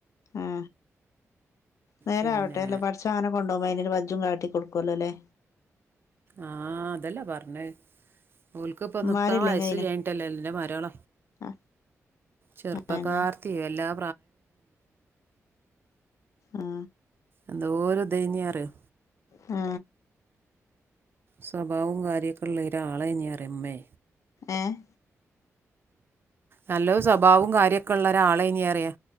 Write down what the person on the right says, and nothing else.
പിന്നെ
ആ അതല്ലേ പറഞ്ഞേയ്. ഓൽക്ക്പ്പൊ
നിക്കാ വയസ്സുല്ലായിട്ടല്ല
ലന്റെ മരോള
ചെറുപ്പകാർത്തി
എല്ലാം
എന്തോരു ഇതന്യാറിയോ?
സ്വഭാവും കാര്യക്കെള്ളരാളൈനിറിമ്മേ.
നല്ലൊരു സ്വഭാവും കാര്യക്കെള്ളൊരാളന്യാറിയാ.